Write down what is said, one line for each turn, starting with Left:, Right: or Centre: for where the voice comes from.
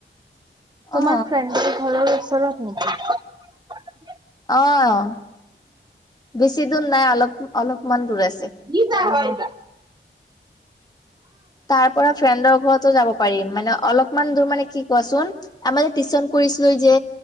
Right: তোমাৰ
Left: অ
Right: ফ্ৰেণ্ডৰ ঘৰৰ ওচৰতৰত নেকি?
Left: অ', অ', বেছি দূৰ নাই অলপ অলপমান দূৰ আছে।
Right: কি যা হয় এই বিলাক।
Left: তাৰ পৰা ফ্ৰেণ্ডৰ ঘৰতো যাব পাৰিম মানে অলপমান দূৰ মানে কি কোৱাচোন। আমাৰ টিউচন কৰিছিলো যে